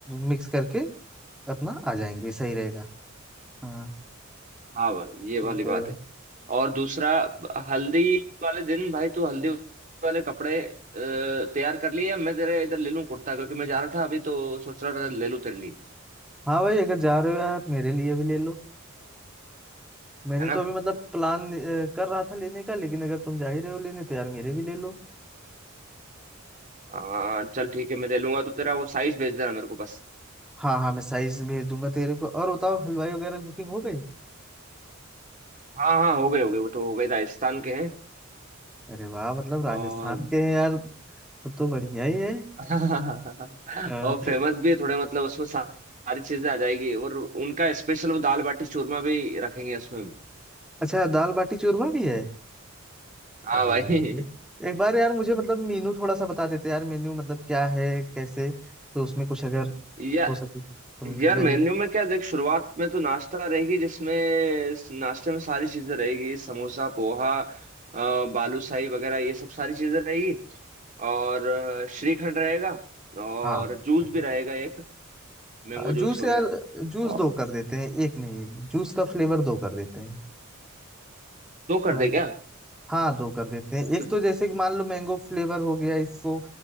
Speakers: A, in the centre; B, on the right.
A: मिक्स करके अपना आ जाएंगे सही रहेगा हाँ
B: हाँ भाई ये
A: ठीक
B: वाली बात
A: है
B: है और दूसरा ब- हल्दी वाले दिन भाई तू हल्दी वाले कपड़े अ, तैयार कर लिए या मैं तेरे इधर ले लूँ कुर्ता क्योंकि मैं जा रहा था अभी तो सोच रहा था ले लूँ तेरे लिए
A: हाँ भाई अगर जा रहे हो यार मेरे लिए भी ले लो मैंने
B: है
A: तो
B: ना
A: अभी मतलब प्लान अ, कर रहा था लेने का लेकिन अगर तुम जा ही रहे हो लेने तो यार मेरे भी ले लो
B: आ, चल ठीक है मैं ले लूंगा तो तेरा वो साइज भेज देना मेरे को बस
A: हाँ हाँ मैं साइज भेज दूंगा तेरे को और बताओ हलवाई वगैरह की बुकिंग हो गई
B: हाँ हाँ हो गए हो गए वो तो हो गए राजस्थान के हैं
A: अरे वाह मतलब राजस्थान
B: और
A: के हैं यार तब तो बढ़िया ही है
B: <laughs>
A: हाँ।
B: और फेमस भी है थोड़े मतलब उसमें सा- सारी चीजें आ जाएगी और उनका स्पेशल वो दाल बाटी चूरमा भी रखेंगे उसमें भी
A: अच्छा दाल बाटी चूरमा भी है
B: हाँ
A: अरे
B: भाई
A: वाह भाई एक बार यार मुझे मतलब मेनू थोड़ा सा बता देते यार मेन्यू मतलब क्या है कैसे तो उसमें कुछ अगर
B: <laughs> या
A: हो सके तो
B: यार
A: लिया
B: मेन्यू
A: जाए
B: में क्या देख शुरुआत में तो नाश्ता रहेगी जिसमें इस नाश्ते में सारी चीजें रहेगी समोसा पोहा अ, बालूशाही वगैरह ये सब सारी चीजें रहेगी और अ, श्रीखंड रहेगा और
A: हाँ
B: जूस भी
A: तो,
B: रहेगा एक मैंगो
A: अ,
B: जूस
A: जूस
B: वगैरह
A: यार जूस
B: और
A: दो कर देते हैं एक नहीं जूस का फ्लेवर दो कर देते हैं
B: दो
A: थोड़ा
B: कर दे क्या
A: हाँ दो कर देते हैं
B: तो
A: एक तो जैसे कि मान लो मैंगो फ्लेवर हो गया इसको